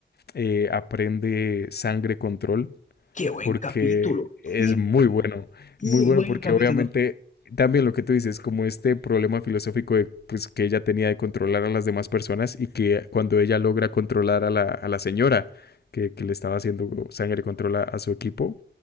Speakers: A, on the left; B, on the left.
A: eh, aprende sangre control
B: Qué buen
A: porque
B: capítulo.
A: es
B: Qué,
A: muy bueno,
B: qué
A: muy bueno
B: buen
A: porque
B: capítulo.
A: obviamente también lo que tú dices, como este problema filosófico de, pues, que ella tenía de controlar a las demás personas y que cuando ella logra controlar a la, a la señora que, que le estaba haciendo sangre controla a a su equipo,